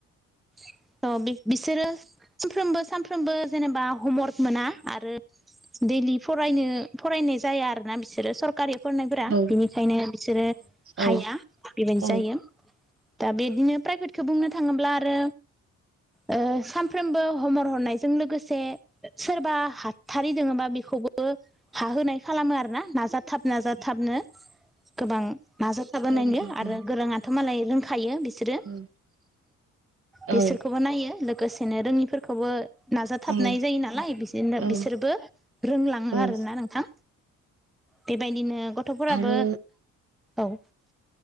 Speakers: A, in the centre; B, on the right.
A: थ' बि बिसोरो सानफ्रोमबो सानफ्रोमबो जेनेबा हमवार्क मोना आरो दैलि फरायनो फरायनाय जाया आरो ना बिसोरो सर कारि फरायनायफोरा
B: औ
A: बिनिखायनो बिसोरो
B: औ
A: हाया बेबायदि
B: औ
A: जायो दा बिदिनो प्राइभेटखौ बुंनो थाङोब्ला आरो ओ सानफ्रोमबो हमवर्क हरनायजों लोगोसे सोरबा हाथारि दोङोबा बेखौबो खोबो हाहोनाय खालामो आरोना नाजाथाब नाजाथाबनो गोबां नाजाथाबहोनायनो
B: औ नोंथां
A: आरो गोरोङाथ' मालाय रोंखायो बिस सोरो
B: औ औ
A: बिसोरखौबो नायो लोगोसेनो रोङिफोरखौबो नाजाथाबनाय
B: औ
A: जायो नालाय बिसोनो
B: औ
A: बिसोरबो रोंलाङो
B: औ
A: आरोना नोंथां बेबायदिनो गथ'फोराबो
B: आरो
A: औ